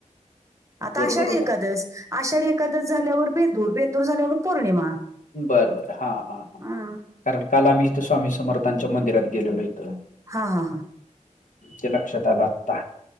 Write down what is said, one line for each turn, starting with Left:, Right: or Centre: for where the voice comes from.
Right: आता आषाढी
Left: बरोबर
Right: एकादस, आषाढी एकादस झाल्यावर बेंदूर, बेंदूर झाल्यावर पौर्णिमा.
Left: बरं बर हां हा कारण
Right: अ हां,
Left: काल आम्ही इथं स्वामी समर्थांच्या मंदिरात गेलेलो इथं
Right: हां हा हां.
Left: ते लक्षात आलं आता.